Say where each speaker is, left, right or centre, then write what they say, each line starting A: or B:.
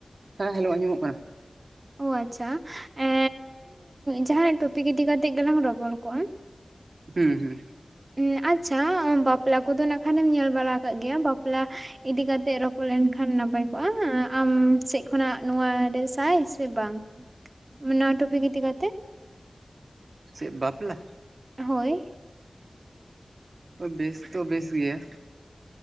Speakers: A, on the right (about 70°); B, on the right (about 40°).
A: ᱦᱮᱸ ᱦᱮᱞᱳ ᱟᱡᱚᱢᱚᱜ ᱠᱟᱱᱟ
B: ᱚ ᱟᱪᱪᱷᱟ ᱮ ᱡᱟᱦᱱᱟᱜ ᱴᱚᱯᱤᱠ ᱤᱫᱤ ᱠᱟᱛᱮᱜ ᱜᱮᱞᱟᱝ ᱨᱚᱯᱚᱲ ᱠᱚᱜᱼᱟ
A: ᱦᱩᱸ ᱦᱩᱸ
B: ᱩᱻ ᱟᱪᱪᱷᱟ ᱵᱟᱯᱞᱟ ᱠᱚᱫᱚ ᱱᱟᱠᱷᱟᱱᱮᱢ ᱧᱮᱞ ᱵᱟᱲᱟ ᱟᱠᱟᱫ ᱜᱮᱭᱟ ᱵᱟᱯᱞᱟ ᱤᱫᱤ ᱠᱟᱛᱮ ᱨᱚᱯᱚᱲ ᱞᱮᱱᱠᱷᱟᱱ ᱱᱟᱯᱟᱭ ᱠᱚᱜᱼᱟ ᱦ ᱟᱢ ᱥᱮᱫ ᱠᱷᱚᱱᱟᱜ ᱱᱚᱣᱟ ᱨᱮ ᱥᱟᱭ ᱥᱮ ᱵᱟᱝ ᱱᱚᱣᱟ ᱴᱚᱯᱤᱠ ᱤᱫᱤ ᱠᱟᱛᱮ
A: ᱪᱮᱫ ᱵᱟᱯᱞᱟ
B: ᱦᱳᱭ
A: ᱵᱮᱥ ᱛᱚ ᱵᱮᱥ ᱜᱮᱭᱟ